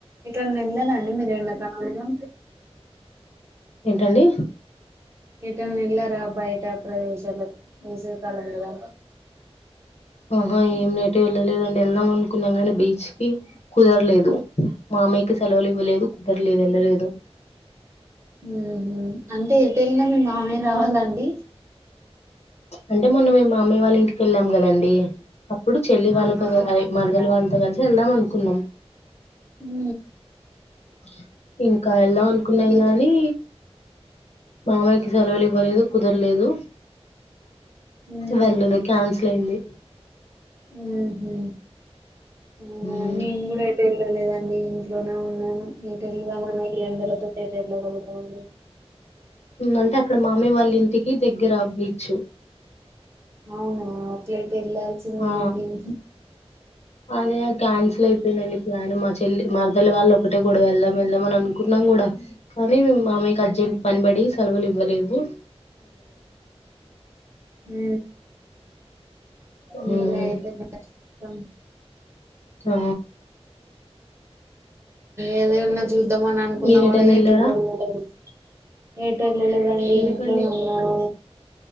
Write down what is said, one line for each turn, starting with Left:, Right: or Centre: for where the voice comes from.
Right: ఎటన్నవెళ్ళలేదాండి మీరు ఎండ కాలమ్లో
Left: ఏంటండి
Right: ఏటన్నెల్లారా బయట ప్రదేశాల వేసవి కాలం కదా
Left: ఆహా ఏం ఏటు వెళ్ళలేదండి వెళ్దాం అనుకున్నాం గానీ బీచ్ కి కుదరలేదు మామయ్య కి సెలవులు ఇవ్వలేదు కుదర్లేదు ఎళ్ళలేదు ద్
Right: ఉహు అంటే ఎ టెళ్ళిన మీ మామయ్య రావాలా అండి
Left: అంటే మొన్న మామయ్య వాళ్ళ ఇంటికి కేళ్ళాం కదండి అప్పుడు చెల్లి వాళ్ళతో
Right: ఆహా
Left: క అదే
Right: అట్లనా
Left: మరదలు వాళ్లతో కలిసి వెళ్దాం అను కున్నామ్
Right: హూ
Left: <inaudible> ఇంకా వెళ్దాం అనుకున్నాం
Right: నీళ్ళు
Left: గానీ మా మామయ్య కి సెలవులు ఇవ్వలేదు కుదరలేదు
Right: ఉహు
Left: వెళ్ళలే క్యాన్సిల్ అయింది
Right: హు హూ మీ
Left: హ్మ్.
Right: మమ్మీ ఊరు అయితే వెళ్లలేదా అండి మీ ఇంట్లోనే ఉన్నాను ఎటు వెళ్దాం అన్న ఎండలతో పాటు కొలుత
Left: అంటే అక్కడ మామయ్య వాళ్ళ ఇంటికి దగ్గర నిీచ్చు
Right: అవును అట్లయితే వెళ్ళాల్సిందేనండి
Left: ఆ
Right: ఇం
Left: అదే క్యాన్సిల్ అయిపోయిందండి ప్లాన్ మా చెల్లి మారుతలి వాళ్ళు ఒకటే గొడవ వెళ్దాం వెళ్దాం అని అనుకున్నాం కూడా కానీ మయ్యకు అర్జెంట్ పనిపబడి సలవులివు బలేహుట్
Right: హు వీలైతే
Left: ఉమ్
Right: కచ్చితం
Left: ఆ
Right: ఏదన్న చూద్దామని అనుకున్నా
Left: మీరెటైనా
Right: కూడా
Left: వెళ్ళారా
Right: ఎటు పోలేదు ఏ వెళ్ళలేదండి
Left: ఎందుకండి
Right: ఇంట్లోనే ఉన్నారు